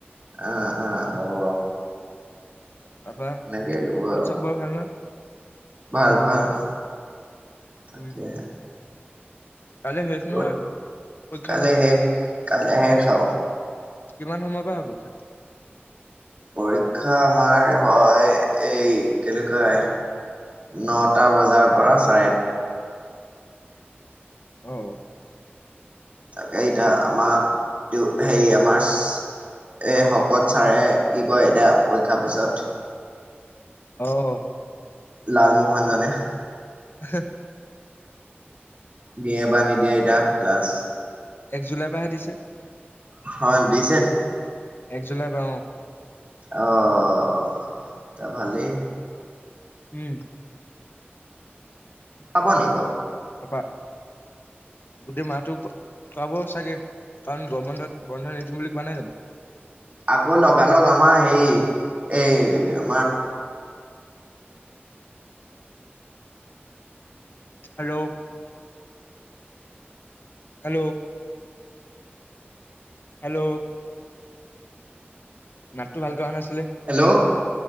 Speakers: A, on the right; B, on the left.
A: অ, অ হব
B: তাৰপা
A: সেনেকে হৈ যাব আৰু,
B: ঘৰত চব বৰ ভাল নহয়
A: ভাল, ভাল। তাকেহে
B: উম কাইলৈ শেষ
A: ক'ত
B: নহয় পৰীক্ষা
A: কাললে
B: ন
A: শেষ কাললে শেষ আও
B: কিমান সময় পা ভাবিছা।
A: পৰীক্ষা আমাৰ হয় এই কেনেকুৱা হয় নটা বজাৰ পৰা চাৰে
B: অহ'
A: তাকে এতিয়া আমাৰ হেৰি আমাৰ এ হক ক'ত ছাৰে কি কয় এতিয়া পৰীক্ষাৰ পিছত
B: আহ
A: লালমোহন জনে,
B: হ <unintelligible>
A: দিয়ে বা নিদিয়ে এ ডাক ক্লাছ,
B: এক জুলাইৰ পৰাহে দিছে,
A: হয় দিছে নি?
B: এক জুলাই পা অঁ
A: আহ ত ভালেই।
B: উম।
A: পাব নি বাও?
B: তাপা গোটেই মাহটো খোৱাব চাগে। কাৰণ গৰম বন্ধত বন্ধ নিদো বুলি কোৱা নাই জানো?
A: আকৌ লগালগ আমাৰ হেই, এই আমাৰ
B: হেল্ল'। হেল্ল'। হেল্ল'। মাতটো ভালকে অহা নাইচোন।
A: হেল্ল'।